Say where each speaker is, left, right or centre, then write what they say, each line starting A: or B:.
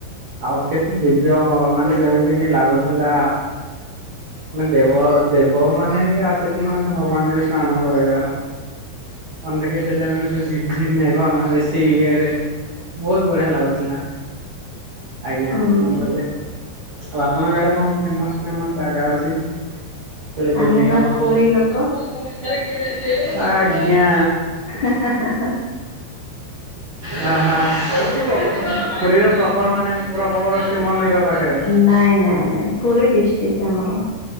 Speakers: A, on the right; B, on the left.
A: ଆଉ କେତେ ଦିବ୍ୟ ମାନେ ଯେମିତି କି ଲାଗୁଥିଲା ମାନେ ଦେବ ଦେବ ମାନେ ବି ଆସିକି ମାନେ ଭଗବାନଙ୍କୁ ସ୍ନାନ କରାଇବାର। କ ଦେଖେ ସେଇଟା ମାନେ ଝିପ୍ ଝିପ୍ ମେଘ ନା ବେଶି ଇଏ ରେ ବହୁତ ବଢିଆ ଲାଗୁଥିଲା ଆଜ୍ଞା
B: ହୁଁ
A: ମୁଁ କହିଲି ଆଉ ଆପଣଙ୍କ ଆଡେ? କଣ ଫେମସ୍ ଫେମସ୍ ଜାଗା ଅଛି ତଳେ ବୁଲି
B: ଆମେ ବା
A: ହବ? <unintelligible>
B: ପୁରୀ ଲୋକ
A: ଆଜ୍ଞା।
B: ହା ହା ହା ହା।
A: ହା ହା <unintelligible> ପୁରୀର ପ୍ରପର
B: ହଁ।
A: ମାନେ ପ୍ରପର ଶ୍ରୀ ମନ୍ଦିର ପାଖରେ।
B: ନାଇଁ ନାଇଁ ନାଇଁ। ପୁରୀ ଡିଷ୍ଟ୍ରିକ୍ଟ ଆମର।